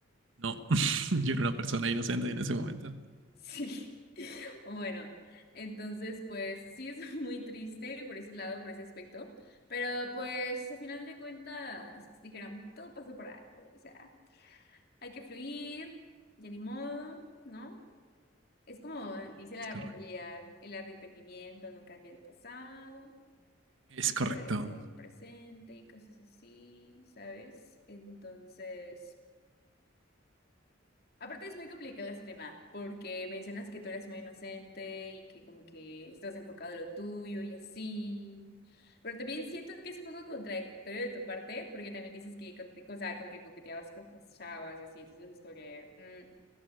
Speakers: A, on the right; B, on the left.
A: no, <laughs> yo era una persona inocente en ese momento.
B: Sí. <laughs> Bueno, entonces, pues sí es <laughs> muy triste por ese lado, por ese aspecto. Pero pues a final de cuentas, dijeron, todo pasó por algo, o sea, hay que fluir, ya ni modo, ¿no? Es como
A: Y
B: dice la
A: Es correcto.
B: Rosalía, el arrepentimiento no cambia el pasado,
A: Es
B: hay
A: correcto.
B: que agradecer el
A: <laughs>
B: presente y cosas así, ¿sabes? Entonces, aparte es muy complicado este tema, porque mencionas que tú eres muy inocente y que como que estás enfocado en lo tuyo y así, pero también siento que es un poco contradictorio de tu parte, porque también dices que, cote- o sea, como que coqueteabas con otras chavas y así, entonces es como que, mm,